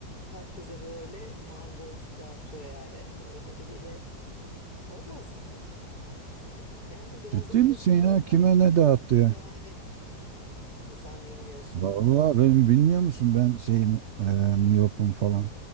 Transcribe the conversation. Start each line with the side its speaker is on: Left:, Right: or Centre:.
Left: herkese böyle mavi boncuk dağıtıyor yani. Öyle biriyle olmaz yani. Yani biraz
Right: ciddi
Left: daha yakınlarına
Right: misin ya kime
Left: bakabilirsin
Right: ne dağıttı
Left: yani. İşte sen bilmiyorsun.
Right: Vallahi benim bilmiyor musun ben şeyim e, miyopum falan